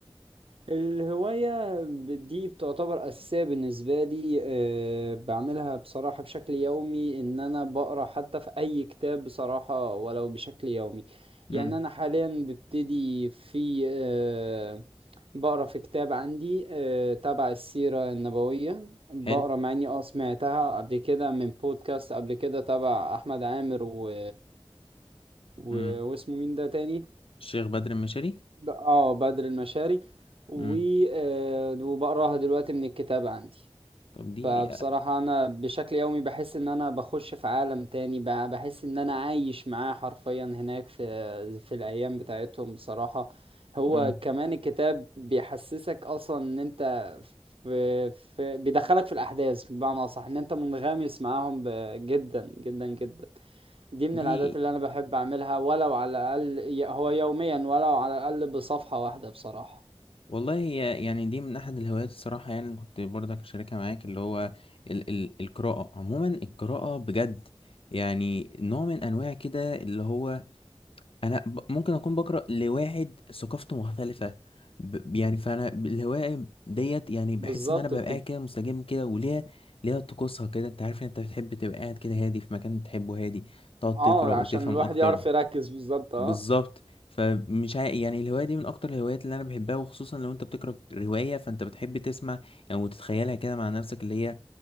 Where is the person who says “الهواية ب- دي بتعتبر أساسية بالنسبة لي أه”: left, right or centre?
Right